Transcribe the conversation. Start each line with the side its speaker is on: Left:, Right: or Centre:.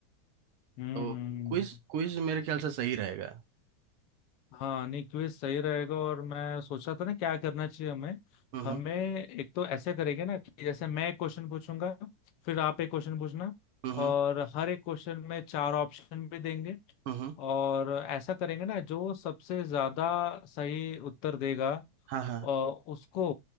Left: हम्म
Right: तो
Left: हम्म,
Right: क्विज क्विज मेरे ख्याल से सही रहेगा
Left: हाँ नहीं क्विज सही रहेगा और मैं सोचा था ना क्या करना चाहिए हमें
Right: हम्म
Left: हमें एक तो ऐसे करेंगे ना कि जैसे मैं एक क्वेश्चन पूछूंगा फिर आप एक क्वेश्चन पूछना
Right: हम्म
Left: और हर एक क्वेश्चन में चार ऑप्शन भी देंगे
Right: हम्म
Left: और ऐसा करेंगे ना जो सबसे ज्यादा सही उत्तर देगा
Right: हाँ हाँ
Left: और उसको